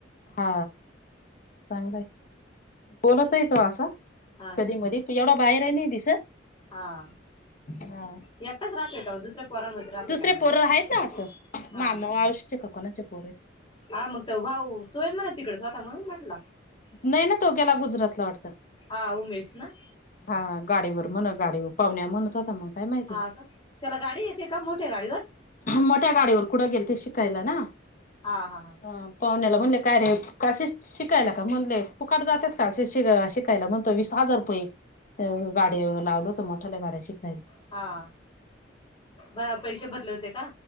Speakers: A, on the left (about 45°); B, on the left (about 25°).
A: हा चांगलंय बोलत आहे का असा
B: हा ना
A: कधी मधी तू एवढा बाहेर हि नाही दिसत
B: हा
A: हा
B: एकटाच राहतोय का मग दुसऱ्या पोरांमध्ये राहतो
A: दुसरे
B: काय माहित
A: पोरं आहेत ना वाटतं
B: हा
A: मामा
B: ना
A: मावशीचे का कोणाचे पोर आहेत
B: हा मग त भाऊ तोय म्हणा तिकडे स्वता म्हणून म्हटला
A: नाही ना तो गेला गुजरातला वाटत
B: हा उमेश ना
A: हा गाडीवर म्हण गाडीवर पवन्या म्हणतं होता मग काय माहिती
B: हा का त्याला गाडी येते का मोठ्या गाडीवर
A: मोठ्या गाडीवर कुढं गेल ते शिकायला ना
B: हा हा हा
A: अ पाव्हण्याला म्हणले काय रे का शिकायला का म्हणले फुकट जातात का अशी शिका पहिला म्हणतो वीस हजार रुपये गाडी लावल तर मोठाल्या गाड्या शिकायला
B: हा पैसे भरले होते का